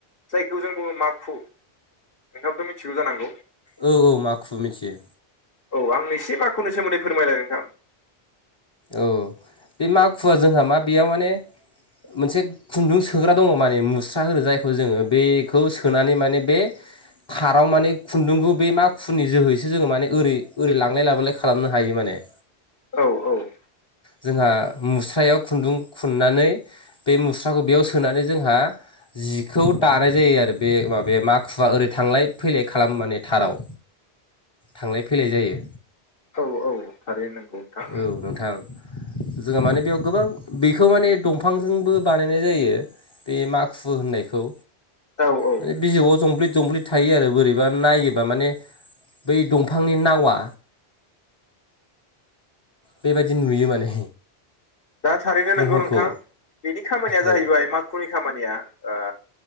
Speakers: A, on the left; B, on the left.
A: जायखौ जों बुङो माखु नोंथाङाबथ' मिथिगौ जानांगौ
B: औ औ मा खुबु मिथियो।
A: औ आंनो एसे माख'नि सोमोन्दै फोरमायलाय नोंथां।
B: औ बे मखुवा जोंहा मा बेयाव माने मोनसे खुन्दुं सोग्रा दङ माने मुस्रा हो जायखौ जोंङो बेखौ सोनानै माने बे खाराव माने खुन्दुंखौ बे मा खुनि जोहैसो जोंङो माने ओरै ओरै लांलाय लाबोलाय खालामनो हायो माने।
A: औ औ
B: जोंहा
A: थारैनो
B: मुस्रायाव खुन्दुं खुनन्नानै बे मुस्राखौ बेयाव सोनानै जोंहा जिखौ दानाय जायो आरो बे माबे माखुवा ओरै थांलाय फैलाय खालाम माने थाराव। थांलाय फैलाय जायो।
A: औ औ थारैनो नंगौ। नोंथां
B: औ नोंथां जोंहा माने बेयाव गोबां बेखौ माने दंफांजोंबो बानायनाय जायो बे माखु होननायखौ।
A: औ औ।
B: माने बिजौआव जंब्लिद जंब्लिद थायो आरो बोरैबा नायोबा माने बै दंफांनि नावा बेबायदि नुयो माने।
A: दा थारैनो
B: महरखौ
A: नोंगौ नोंथां। बेनि खामानिया
B: औ
A: जाहैबाय माखुनि खामानिया ओ